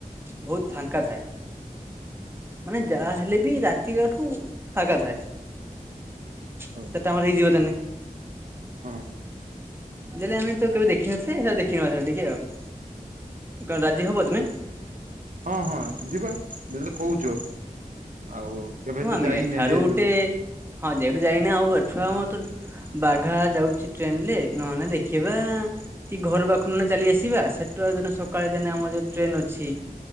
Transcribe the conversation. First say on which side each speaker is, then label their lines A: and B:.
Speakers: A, on the right (about 15°); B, on the right (about 65°).
A: ଭୁହୁତ ଫାଙ୍କା ଥାଏ ମାନେ ଯାହା ହେଲେ ବି ରା ତି ବାଠୁ ଫାଗା ଥାଏ ସେଟା
B: ହଉ
A: ଆମର ହେଇଯିବ ତାନେ।
B: ହଁ
A: ଦେଲେ ଆମେ ତ କେବେ ଦେଖିନଥିଲେ ହେରା ଦେ କି ନଥିଲା ଟିକେ ଆଉ କଣ ରାଜି ହବ ତମେ?
B: ହଁ ହଁ ଯିବା ଯଦି କହୁଚ ଆଉ କେବେ
A: ହଁ
B: ତ
A: ଆମେ
B: ଯାଇନେ
A: ଏଠାରୁ
B: ଯେହେତୁ।
A: ଗୋଟେ ହଁ ଯେହେତୁ ଯାଇନେ ଆଉ ଏଠୁ ଆମର ତ ବାଘା ଯାଉଚି ଟ୍ରେନ ରେ ନହେନେ ଦେଖିବା କି ଘରୁ ପାଖୁରୁ ନହେଲେ ଚାଲି ଆସିବା ସେଟୁ ସକାଳେ ଦିନେ ଆମର ଜେହେତୁ ଟ୍ରେନ ଅଛି।